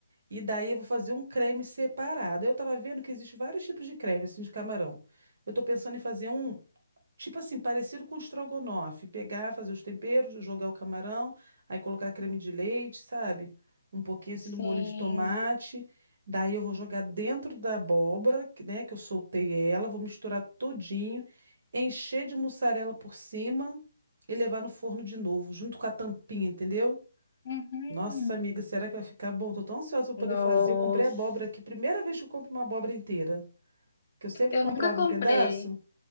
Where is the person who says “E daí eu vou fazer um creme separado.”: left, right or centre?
Right